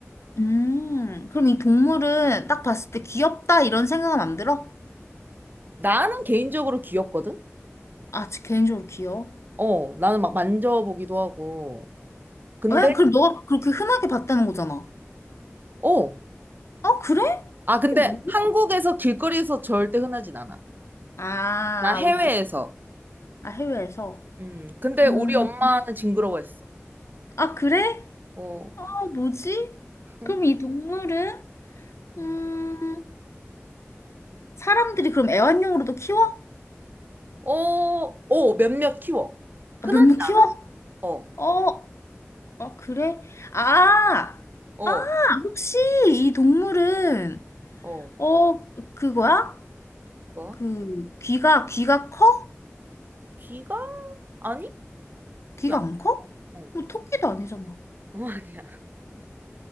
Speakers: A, on the left; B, on the right.
A: 음, 그럼 이 동물은 딱 봤을 때 귀엽다 이런 생각은 안 들어?
B: 나는 개인적으로 귀엽거든?
A: 아, 저 개인적으로 귀여워.
B: 어, 나는 막 만져보기도 하고. 근데,
A: 왜? 그럼 너가 그렇게 흔하게 봤다는 거잖아.
B: 어,
A: 아, 그래?
B: 아, 근데
A: 이게 뭐야?
B: 한국에서 길거리에서 절대 흔하진 않아.
A: 아,
B: 나 해외에서.
A: 오케이. 아, 해외에서.
B: 음, 근데
A: 음,
B: 우리 엄마는 징그러워했어.
A: 아, 그래?
B: 어,
A: 아, 뭐지?
B: 응?
A: 그럼 이 동물은?
B: 음.
A: 음, 사람들이 그럼 애완용으로도 키워?
B: 어, 어, 몇몇 키워. 흔하진
A: 아, 몇몇 키워?
B: 않아. 어,
A: 어, 어, 그래? 아,
B: 어,
A: 아, 혹시 이 동물은,
B: 어,
A: 어, 그거야?
B: 뭐?
A: 그, 귀가, 귀가 커?
B: 귀가? 아니?
A: 귀가
B: 귀 안,
A: 안 커?
B: 어,
A: 뭐, 토끼도 아니잖아.
B: 어, 아니야.